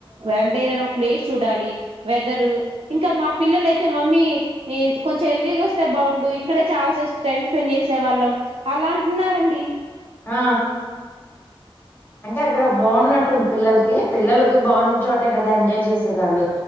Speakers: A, on the right; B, on the left.
A: అంటే ఏదైనా ఒక ప్లేస్ చూడాలి వెదరు ఇంకా మా పిల్లలు అయితే మమ్మీ కొంచెం ఎర్లీ గ వస్తే బాగుండు ఇక్కడే చాలాసే టైం స్పెండ్ చేసే వాళ్ళం అలా అంటున్నారండి
B: ఆ అంటే అక్కడ బాగున్నట్టుంది పిల్లలకి పిల్లలకి బాగున్న చోటే కదా ఎంజాయ్ చేసేది వాళ్ళు